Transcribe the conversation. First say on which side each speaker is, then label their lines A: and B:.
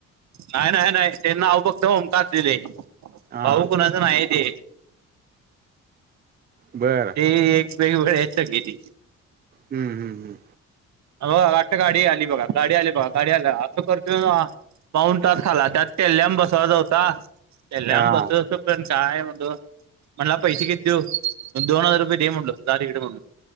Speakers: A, on the right; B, on the right.
A: नाही नाही नाही ते नाव फक्त ओमकार दिलंय
B: हा
A: भाऊ कुणा चा नाहीये ते.
B: बरं
A: ते एक बेळी वळ आहे सगळी ती.
B: हम्म हम्म हम्म.
A: अ बा आता गाडी आली बघा गाडी आली बघा गाडी आल्या असं करतोय पाऊन तास खाला त्यात तेल्याम बसवायचा होता तेल्याम
B: हा
A: बसवतो पण काय. <unintelligible> म्हणला पैसे किती देऊ दोन हजार रुपये दे म्हणटलो जा तिकडे म्हणलो.